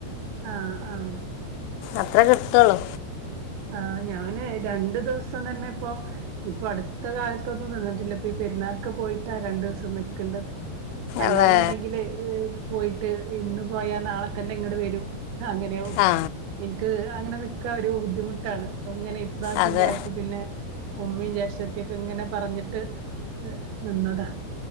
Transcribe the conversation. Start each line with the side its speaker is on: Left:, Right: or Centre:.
Right: ആ ആഹ.
Left: അത്ര കിട്ടുള്ളൂ.
Right: ആ ഞാന് രണ്ടു ദിവസം തന്നെ ഇപ്പൊ ഇപ്പൊ അടുത്ത കാലത്തൊന്നും നിന്നിട്ടില്ല. ഇപ്പൊ ഈ പെരുന്നാൾക്ക് പോയിട്ടാ രണ്ടു ദിവസം നിക്കേണ്ടത്. അല്ലാന്നെണ്ടെങ്കില്.
Left: അതെ
Right: പോയിട്ട് ഇന്ന് പോയാ നാളെ തന്നെ ഇങ്ങട് വരും. അങ്ങനെയോ
Left: ആ
Right: എനിക്ക് അങ്ങനെ ക്ക ഒരു ബുദ്ധിമു ട്ടാണ് ഇങ്ങനെ ഇപ്രാവശ്യം
Left: അതെ
Right: പോയപ്പോ പിന്നെ ഉമ്മയും ജേഷ് ചച്ചത്തിക്കെ ഇങ്ങനെ പറഞ്ഞിട്ട് നിന്നതാ